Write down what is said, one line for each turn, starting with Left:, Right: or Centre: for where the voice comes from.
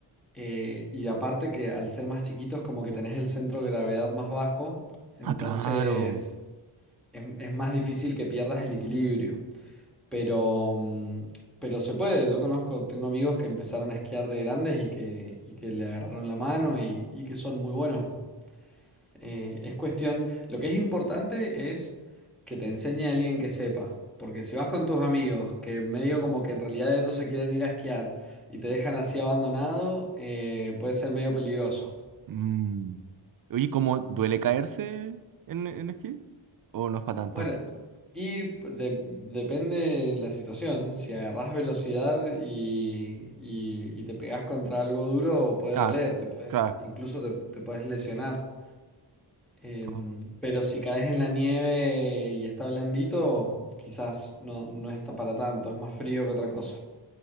Centre: Eh, y aparte que al ser más chiquitos como que tenés el centro de gravedad más bajo, entonces
Right: Ah, claro.
Centre: es, es más difícil que pierdas el equilibrio. Pero, mm, pero se puede, yo conozco, tengo amigos que empezaron a esquiar de grandes y que, y que le agarraron la mano y, y que son muy buenos. Eh, es cuestión, lo que es importante es que te enseñe a alguien que sepa, porque si vas con tus amigos, que medio como que en realidad ellos se quieren ir a esquiar y te dejan así abandonado, eh, puede ser medio peligroso.
Right: Mm. Oye, ¿cómo duele caerse en, en esquí? ¿O no es para tanto?
Centre: Bueno, y de- depende de la situación, si agarrás velocidad y, y- y te pegás contra algo duro, puede
Right: Ah,
Centre: doler, te puedes,
Right: claro.
Centre: incluso te, te puedes lesionar. Em,
Right: Oh.
Centre: pero si caes en la nieve y está blandito, quizás no, no está para tanto, es más frío que otra cosa.